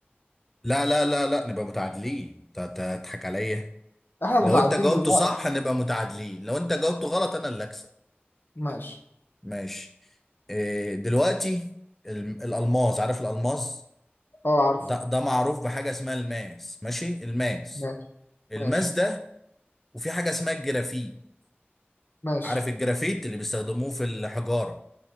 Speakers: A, in the centre; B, on the left.
A: لا لا لا لا نبقى متعادلين ت- ت- تضحك عليا
B: احنا متعادلين
A: لو انت جاوبته
B: دلوقتي
A: صح هنبقى متعادلين لو انت جاوبته غلط انا اللي اكسب
B: ماشي
A: ماشي إيه دلوقتي الم- الالماس عارف الالماس
B: اه عارف
A: ده ده معروف بحاجه اسمها الماس ماشي الماس
B: ماشي
A: الماس
B: ماشي
A: ده وفي حاجه اسمها الجرافيت
B: ماشي
A: عارف الجرافيت اللي بيستخدموه في الحجاره